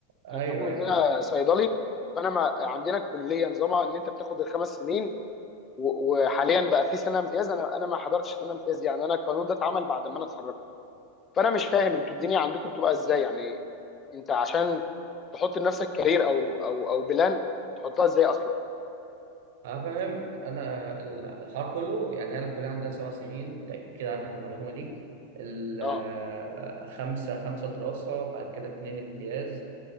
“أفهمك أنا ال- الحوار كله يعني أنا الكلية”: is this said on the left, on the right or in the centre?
Right